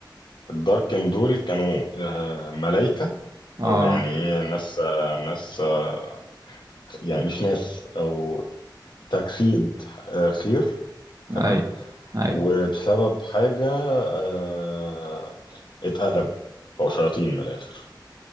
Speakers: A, on the left (about 70°); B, on the right (about 50°).
A: الداركن دول كانوا آه ملايكة
B: اه
A: او يعني إيه ناس آه ناس آه، يعني مش ناس او تجسيد آه، خير تمام
B: اي اي
A: وبسبب حاجة آه، اتقلبوا بقوا شياطين من الآخر